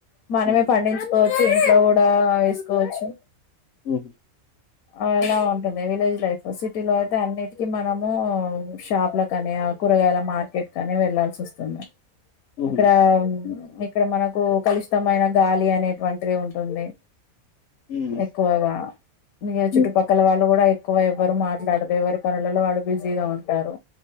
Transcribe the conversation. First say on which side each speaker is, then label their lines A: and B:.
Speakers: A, on the left (about 80°); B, on the left (about 65°).
A: మనమే
B: హ్మ్.
A: పండించు కోవచ్చు ఇంట్లో కూడా వేసుకోవచ్చు
B: ఊహూ
A: ఆ ఎలా ఉంటుంది విలేజ్ లైఫ్ సిటీ లో అయితే అన్నిటికిీ మనము షాప్ లకని కూరగాయల మార్కెట్ కని వెళ్లాల్సోస్తుంది
B: హుహు.
A: అక్కడ ఇక్కడ మనకు కలుషితమైన గాలి అనేటువంటిది ఉంటుంది
B: హ్మ్.
A: ఎక్కువగా ఇగ
B: హ్మ్.
A: చుట్టుపక్కల వా వాళ్ళు కూడా ఎక్కువ ఎవ్వరు మాట్లాడదు ఎవరి పనులలో వాళ్ళు బిజీగా ఉంటారు